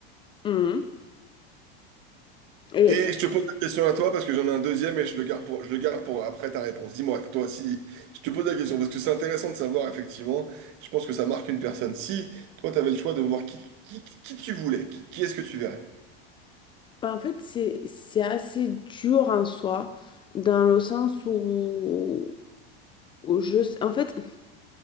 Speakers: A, on the left; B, on the right.
A: mhm. Et
B: Et je te pose la question à toi parce que j'en ai un deuxième et je le garde pour, je le garde pour après ta réponse. Dis-moi, toi, si je te pose la question parce que c'est intéressant de savoir, effectivement, je pense que ça marque une personne. Si toi, tu avais le choix de voir qui, qui, qui tu voulais, qui, qui est-ce que tu verrais?
A: bah, en fait, c'est, c'est assez dur en soi, dans le sens où, où je, en fait,